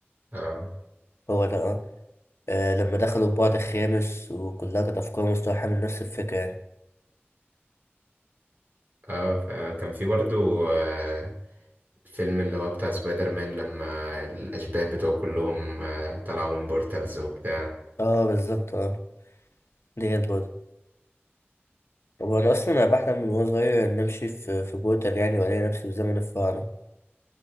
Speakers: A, on the right (about 45°); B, on the left (about 80°).
A: اه
B: هو ده اه آه، لما دخلوا في بعض الخامس وكلها كانت افكار مستوحاه من نفس الفكره يعني
A: اه فكان في برضو آه، الفيلم اللي هو بتاع سبايدر مان لما الأشباه بتوعه كلهم آه، طلعوا من بورتالز وبتاع
B: اه بالظبط اه ديت برضه هو انا اصلا انا بحلم من وانا صغير ان امشي في في بورتال يعني والاقي نفسي في زمن الفراعنه